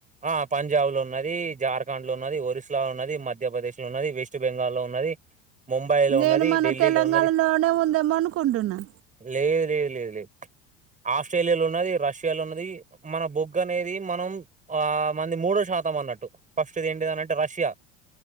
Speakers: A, on the right; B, on the right.
A: ఆ పంజాబ్ లో ఉన్నది జార్ఖండ్ లో ఉన్నది ఒరిస్లో ఉన్నది మధ్యప్రదేశ్ లో ఉన్నది వెస్ట్ బెంగాల్లో లో ఉన్నది ముంబైలో
B: నేను
A: ఉన్నది
B: మన
A: ఢిల్లీలో
B: తెలంగాణలోనే
A: ఉన్నది
B: ఉందేమో అనుకుంటున్నా
A: లేదు లేదు లేదు లేదు ఆస్ట్రేలియాలో ఉన్నది రష్యాలో ఉన్నది మన బొగ్గ అనేది మనం ఆ మంది మూడో శాతం అన్నట్టు ఫస్ట్ది ఏంటిది అనంటే రష్యా